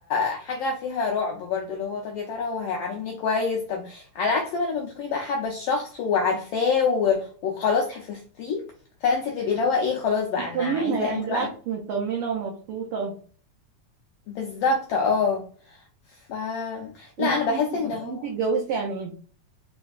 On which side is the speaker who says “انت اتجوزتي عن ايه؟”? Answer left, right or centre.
Right